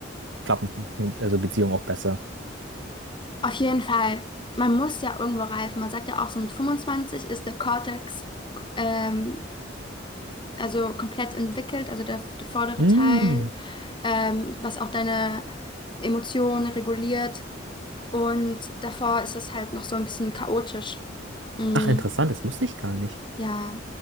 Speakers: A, on the right (about 80°); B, on the left (about 25°).
A: klappen also Beziehungen auch besser.
B: auf jeden Fall, man muss ja irgendwo reifen. Man sagt ja auch, so mit 25 ist der Cortex ähm, also komplett entwickelt, also der, der vordere
A: Mhm.
B: Teil, ähm, was auch deine Emotionen reguliert. Und davor ist es halt noch so ein bisschen chaotisch. Mm,
A: Ach, interessant, das wusste ich gar nicht.
B: ja,